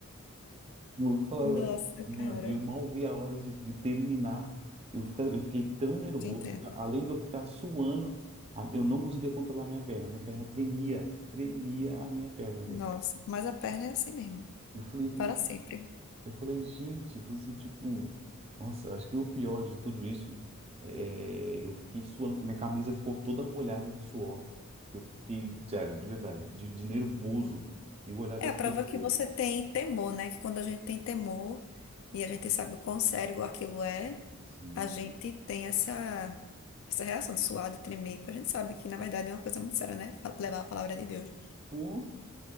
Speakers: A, on the right (about 30°); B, on the left (about 65°).
A: eu falava,
B: <laughs> Nossa,
A: mano,
B: cara,
A: eu mal vi a hora de, de terminar. Eu, fica, eu fiquei tão nervoso,
B: te entendo.
A: além de eu ficar suando, a- eu não conseguia controlar a minha perna. Minha perna tremia, tremia a minha perna, velho.
B: Nossa, mas a perna é assim mesmo,
A: Eu falei,
B: para sempre.
A: Eu falei, gente, eu falei assim, tipo, nossa, acho que o pior de tudo isso é eu fiquei suando, que minha camisa ficou toda molhada de suor. Eu fiquei, sério, de verdade, de, de nervoso e o olhar
B: É
A: das
B: a prova
A: pessoas.
B: que você tem temor, né? Que quando a gente tem temor e a gente sabe o quão sério aquilo é,
A: Assim,
B: a gente tem essa, essa reação de suar, de tremer, porque a gente sabe que, na verdade, é uma coisa muito séria, né? Fa- Levar a palavra de Deus.
A: pô,